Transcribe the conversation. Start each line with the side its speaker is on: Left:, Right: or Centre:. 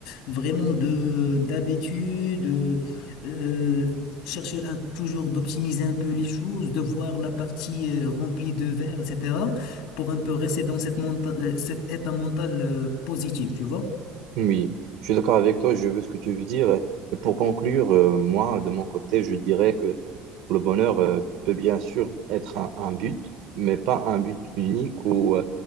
Left: vraiment de, d'habitude, de, euh, chercher à toujours d'optimiser un peu les choses, de voir la partie euh, remplie de verre, etc., pour un peu rester dans cette monta- euh, cet état mental euh, positif, tu vois?
Right: Oui, je suis d'accord avec toi, je veux ce que tu veux dire. Et pour conclure, euh, moi, de mon côté, je dirais que le bonheur euh, peut bien sûr être un, un but, mais pas un but unique ou, euh,